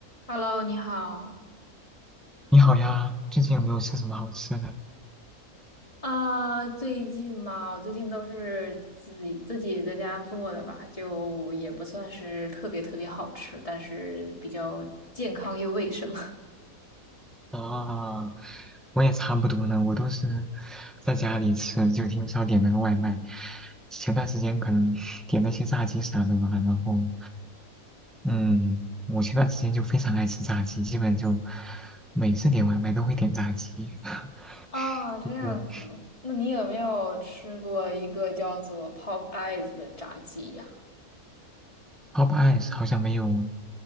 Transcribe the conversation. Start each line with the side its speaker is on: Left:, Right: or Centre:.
Left: Hello，你好。
Centre: 你好呀，最近有没有吃什么好吃的？
Left: 啊，最近嘛，我最近都是自己自己在家做的吧，就也不算是特别特别好吃，但是比较健康又卫生。
Centre: 啊，我也差不多呢，我都是在家里吃，就挺少点那个外卖。前段时间可能 <laughs> 点那些炸鸡啥的吧，然后，嗯，我前段时间就非常爱吃炸鸡，基本就每次点外卖都会点炸鸡。<laughs>
Left: <laughs> 啊，这样子，
Centre: 嗯
Left: 那你有没有吃过一个叫做 Pop Eyes 的炸鸡呀？
Centre: Pop Eyes 好像没有，